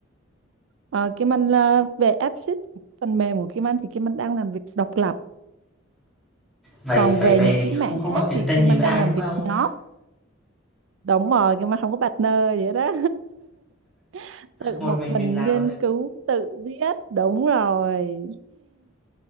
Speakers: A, on the right; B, in the centre.
A: Ờ, Kim Anh là về app phần mềm của Kim Anh thì Kim Anh đang làm việc độc lập
B: Vậy
A: còn
B: vậy
A: về
B: vậy
A: những cái mảng
B: không không
A: khác
B: phải cạnh
A: thì
B: tranh
A: Kim
B: gì
A: Anh
B: với
A: đang
B: ai,
A: làm
B: đúng
A: việc
B: không
A: nhóm đúng rồi Kim Anh không có partner vậy đó <laughs> tự
B: Một
A: một
B: mình
A: mình
B: mình làm
A: nghiên cứu tự viết đúng rồi